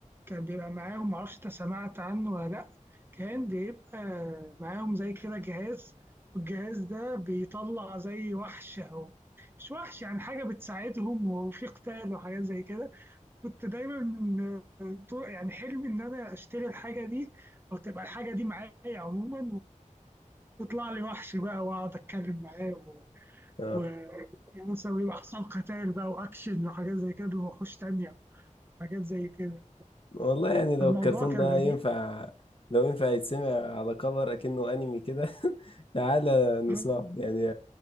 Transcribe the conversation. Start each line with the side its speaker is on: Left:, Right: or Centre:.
Right: كان بيبقى معاهم معرفش انت سمعت عنه ولا لا كان بيبقى معاهم زي كده جهاز والجهاز ده بيطلع زي وحش او مش وحش يعني حاجه بتساعدهم وفي قتال وحاجات زي كده كنت دايما آه، طو- يعني حلمي ان انا اشتري الحاجه دي او تبقى الحاجه دي معايا عموما ويطلع لي وحش بقى واقعد اتكلم معاه و...
Left: اه
Right: و... يعني مثلا يبقى حصل قتال بقى واكشن وحاجات زي كده بوحوش تانية حاجات زي كده
Left: والله يعني لو
Right: فالموضوع
Left: الكرتون
Right: كان
Left: ده
Right: لذيذ
Left: ينفع لو ينفع يتسمع على كفر اكنه انمي كده <laughs> تعالى نسمعه
Right: آه.
Left: يعني